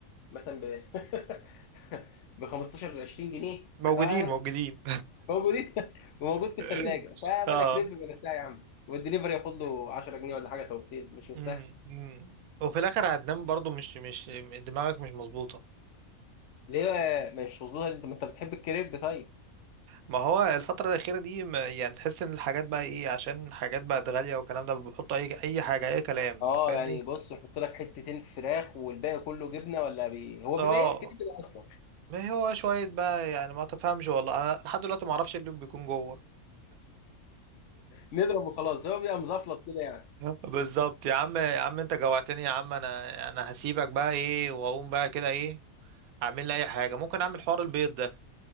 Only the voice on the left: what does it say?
مثلا ب <laughs> ب 15 20 جنيه
فانا
موجودين <laughs> وموجود في
الثلاجه فبلا
كريب بلا بتاع يا عم والدليفري ياخد له 10 جنيه ولا حاجه توصيل مش مستاهل
ليه بقى مش مظبوط انت ما انت بتحب الكريب طيب
اه
يعني بص يحط لك حتتين فراخ والباقي كله جبنه ولا بي... هو
بيبقى ايه الكريب ده اصلا
نضرب وخلاص هو بيبقى مزفلط كده يعني